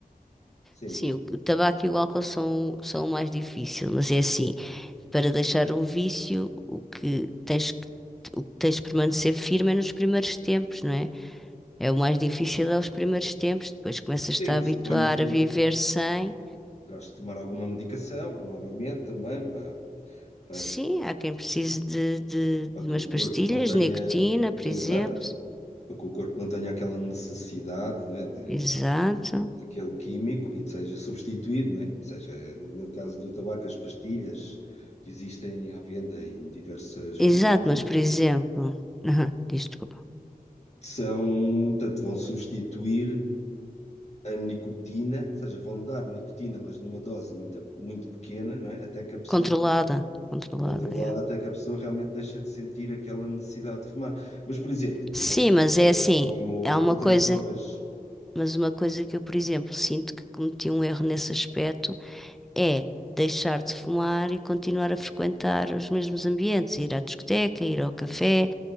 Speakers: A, on the left; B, in the centre.
A: Sim,
B: Sim,
A: diz.
B: o o tabaco e o álcool são, são o mais difícil, mas é assim. Para deixar um vício, o que tens que o que tens de permanecer firme é nos primeiros tempos, não é? É o mais difícil é os primeiros tempos, depois começas-te
A: Sim,
B: a habituar
A: suponho que
B: a viver sem.
A: terás de tomar alguma medicação, provavelmente também, para, para,
B: Sim, há quem precise de, de, de
A: para que
B: umas
A: o corpo
B: pastilhas,
A: não tenha.
B: nicotina, por
A: Exato.
B: exemplo.
A: Para que o corpo não tenha aquela necessidade, né, de
B: Exato.
A: daquele químico e seja substituído, né? Ou seja, no meu caso do tabaco, as pastilhas que existem à venda em diversas farmácias
B: Exato, mas por exemplo, <laughs> diz, desculpa,
A: são, portanto, vão substituir a nicotina, ou seja, vão dar nicotina, mas numa dose muito, muito pequena, não é? Até que a pessoa,
B: controlada, controlada,
A: controlada,
B: é.
A: até que a pessoa realmente deixa de sentir aquela necessidade de fumar. Mas, por exemplo,
B: Sim,
A: outras
B: mas
A: drogas
B: é assim,
A: como
B: é uma
A: outras
B: coisa,
A: drogas
B: mas uma coisa que eu, por exemplo, sinto que cometi um erro nesse aspecto é deixar de fumar e continuar a frequentar os mesmos ambientes, ir à discoteca, ir ao café,